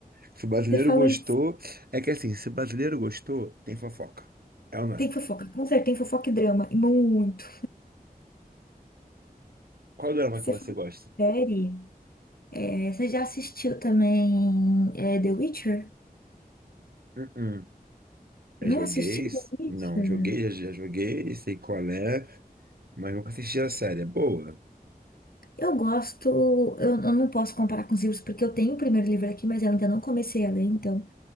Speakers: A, on the right; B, on the left.
A: Se o brasileiro
B: Você falou
A: gostou,
B: em...
A: é que assim, se o brasileiro gostou, tem fofoca. É ou não é?
B: Tem fofoca. Com certeza tem fofoca e drama. E muito.
A: Qual dorama
B: Você
A: que você
B: falou
A: gosta?
B: em série? É, você já assistiu também é, The Witcher?
A: Uh-uh.
B: Não
A: Já joguei,
B: assistiu The Witcher?
A: não, joguei, já, já joguei, sei qual é, mas nunca assisti a série. É boa.
B: Eu gosto, eu, eu não posso comparar com os livros porque eu tenho o primeiro livro aqui, mas eu ainda não comecei a ler, então.